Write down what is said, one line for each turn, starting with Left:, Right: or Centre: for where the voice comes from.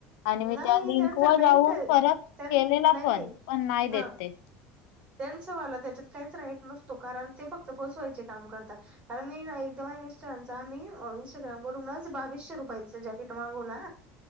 Left: आणि मी
Right: नाही
Left: त्या लिंक
Right: त्यांचा
Left: वर
Right: काहीच
Left: जाऊन
Right: त्यां
Left: परत केलेला
Right: नाही
Left: पण
Right: नाही
Left: पण नाही
Right: हा
Left: देते.
Right: त्यांच वालं त्याच्यात. काही राइट नसतो कारण ते फक्त पोचवायचे काम करत कारण मी एकदा मिस्टर आ. इस्टाग्राम वून बावीसशे रुपयाच जॅकेट मागवला.